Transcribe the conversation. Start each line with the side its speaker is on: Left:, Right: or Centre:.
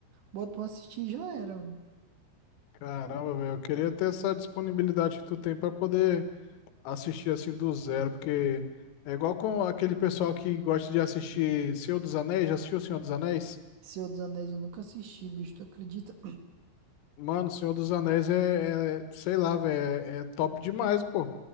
Right: bota pra assistir e já era, mano.
Left: Caramba, velho, eu queria ter essa disponibilidade que tu tem pra poder assistir assim do zero, porque é igual com aquele pessoal que gosta de assistir Senhor dos Anéis, já assistiu o Senhor dos Anéis?
Right: Senhor dos Anéis eu nunca assisti, bicho, tu acredita?
Left: Mano, Senhor dos Anéis é, é- sei lá, velho, é, é top demais, pô.